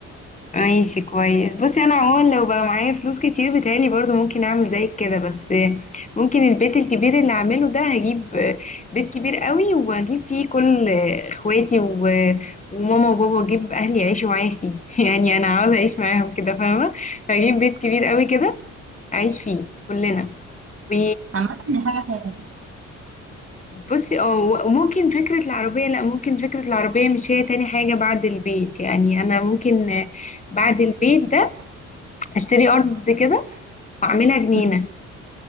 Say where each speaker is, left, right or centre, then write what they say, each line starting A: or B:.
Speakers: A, on the left; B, on the right.
A: ماشي كويس بصي انا عموما لو بقى معايا فلوس كتير بتهيألي برضو ممكن اعمل زيك كده بس ممكن البيت الكبير اللي اعمله ده هجيب بيت كبير قوي واجيب فيه كل اخواتي و- وماما وبابا واجيب اهلي يعيشوا معايا فيه <laughs> يعني انا عاوزه اعيش معاهم كده فاهمه فاجيب بيت كبير قوي كده اعيش فيه كلنا و
B: عامة دي حاجة حلوة
A: بصي اه وممكن فكرة العربية لا ممكن فكرة العربية مش هي تاني حاجة بعد البيت يعني أنا ممكن بعد البيت ده اشتري ارض كده واعملها جنينه
B: <laughs>